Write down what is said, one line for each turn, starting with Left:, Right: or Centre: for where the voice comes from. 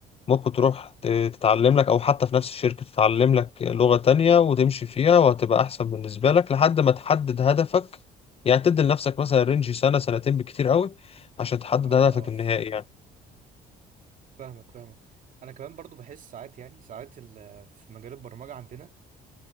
Left: ممكن تروح ت- تتعلم لك او حتى في نفس الشركة تتعلم لك لغة تانية وتمشي فيها وهتبقى احسن بالنسبة لك لحد ما تحدد هدفك يعني تدي لنفسك مثلا رينج سنة سنتين بكتير قوي عشان تحدد
Right: اه
Left: هدفك
Right: اه
Left: النهائي
Right: ف-
Left: يعني
Right: فاهمك فاهمك انا كمان برضو بحس ساعات يعني ساعات ال- في مجال البرمجة عندنا